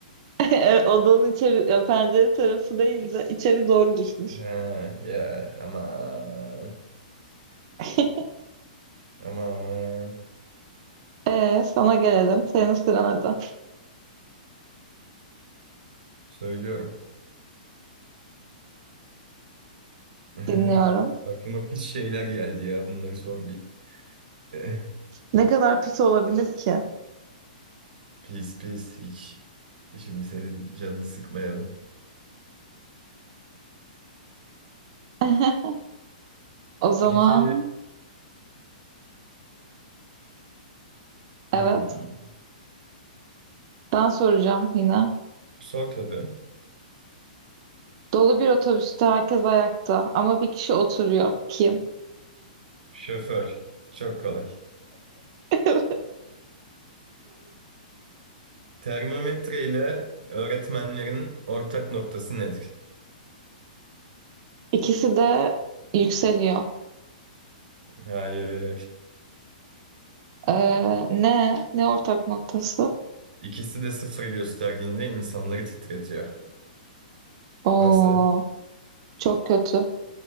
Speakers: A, on the right; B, on the right.
A: <laughs> E, Odanın içeri, ya pencere tarafı değil de içeri doğru düşmüş.
B: Ha, ya aman
A: <laughs>
B: aman
A: E, sana gelelim. Senin sıran hadi.
B: söylüyorum. <laughs>
A: Dinliyorum.
B: Aklıma pis şeyler geldi ya bunları sor bir. <laughs>
A: Ne kadar pis olabilir ki?
B: Pis pis hiç şimdi senin canını sıkmayalım.
A: <laughs> O zaman
B: Peki
A: evet.
B: hmm,
A: Ben soracağım yine.
B: sor tabii.
A: Dolu bir otobüste herkes ayakta ama bir kişi oturuyor. Kim?
B: Şoför çok kolay.
A: <laughs>
B: Termometre ile öğretmenlerin ortak noktası nedir?
A: İkisi de yükseliyor.
B: Hayır.
A: Ee, ne? Ne ortak noktası?
B: İkisi de sıfır gösterdiğinde insanları titretiyor.
A: Oo,
B: Nasıl?
A: çok kötü.